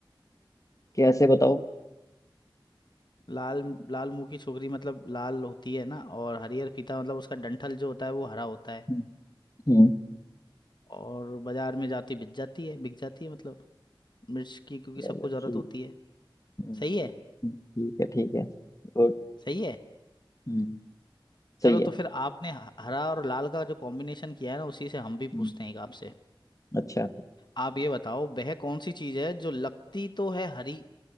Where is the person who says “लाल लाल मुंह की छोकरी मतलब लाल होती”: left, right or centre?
Left